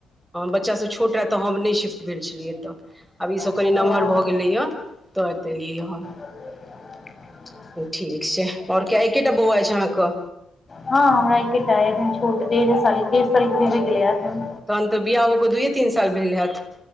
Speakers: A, in the centre; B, on the left.
A: बच्चासभ छोट रहै तऽ हम नहि शिफ्ट भेल छलियै एतय आब ईसभ कनी
B: हँ
A: नमहर भऽ गेलैएा तऽ एत एलियै हम
B: <inaudible>
A: ठीक छै और केटा बौआ अछि अहाँके
B: हँ हमरा एकेटा एखन छोट डेढ साल डेढ़ साल के भी भ गेलै एखन
A: तहन तऽ बियाह होके दुइए तीन साल भेल होयैत